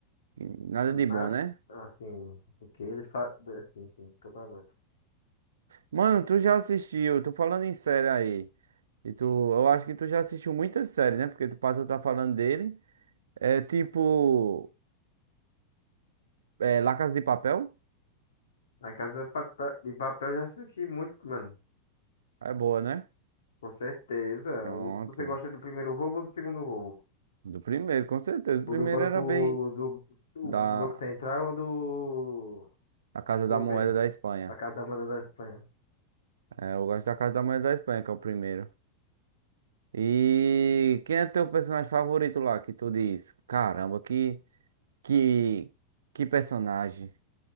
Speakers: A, on the right; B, on the left.
A: nada
B: Nada,
A: de bom, né?
B: assim, porque ele faz, assim, sim, totalmente.
A: Mano, tu já assistiu, tô falando em série aí. E tu, eu acho que tu já assistiu muitas séries, né? Porque tu, pra tu tá falando dele. É tipo. É, La Casa de Papel?
B: A Casa de Pa- Pa- de Papel eu já assisti muito, mano.
A: É boa, né?
B: Com certeza.
A: Pronto.
B: O- Você gosta do primeiro roubo ou do segundo roubo?
A: Do primeiro, com certeza. O primeiro
B: O do banco
A: era bem
B: do, do,
A: da
B: do Banco Central ou do
A: a Casa
B: governo?
A: da Moeda da Espanha.
B: Da Casa da Moeda da Espanha.
A: É, eu gosto da Casa da Moeda da Espanha, que é o primeiro. E quem é teu personagem favorito lá, que tu diz? Caramba, que que que personagem.